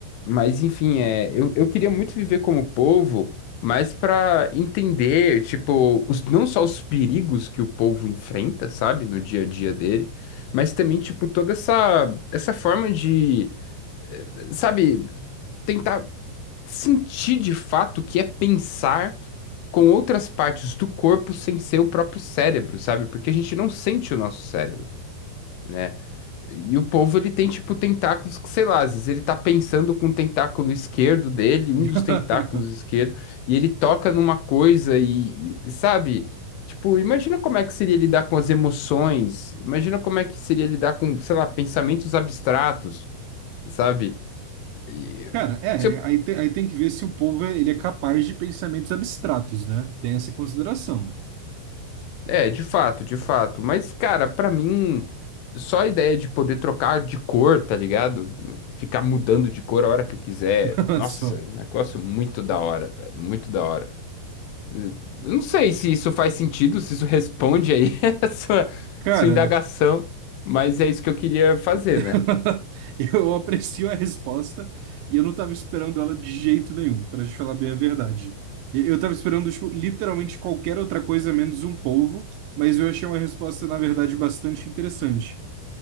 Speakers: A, on the left; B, on the right.
A: Mas, enfim, é, eu, eu queria muito viver como polvo, mas pra entender, tipo, os, não só os perigos que o polvo enfrenta, sabe, no dia a dia dele, mas também, tipo, toda essa, essa forma de, sabe, tentar sentir de fato o que é pensar com outras partes do corpo sem ser o próprio cérebro, sabe? Porque a gente não sente o nosso cérebro, né? E o povo, ele tem, tipo, tentáculos que, sei lá, às vezes ele tá pensando com o tentáculo esquerdo dele, um
B: <laughs>
A: dos tentáculos esquerdo, e ele toca numa coisa e, e, sabe? Tipo, imagina como é que seria lidar com as emoções, imagina como é que seria lidar com, sei lá, pensamentos abstratos, sabe? E-
B: Cara, é,
A: se-
B: aí, te- aí tem que ver se o povo é, ele é capaz de pensamentos abstratos, né? Tem essa consideração.
A: É, de fato, de fato. Mas, cara, pra mim, só a ideia de poder trocar de cor, tá ligado? Ficar mudando de cor a hora que eu quiser.
B: <laughs>
A: Nossa,
B: Só.
A: é um negócio muito da hora, velho. Muito da hora. Eu não sei se isso faz sentido, se isso responde aí <laughs> a sua,
B: Cara.
A: sua indagação, mas é isso que eu queria fazer,
B: <laughs>
A: né?
B: Eu aprecio a resposta e eu não estava esperando ela de jeito nenhum, para te falar bem a verdade. E- Eu estava esperando, tipo, literalmente qualquer outra coisa menos um polvo, mas eu achei uma resposta, na verdade, bastante interessante.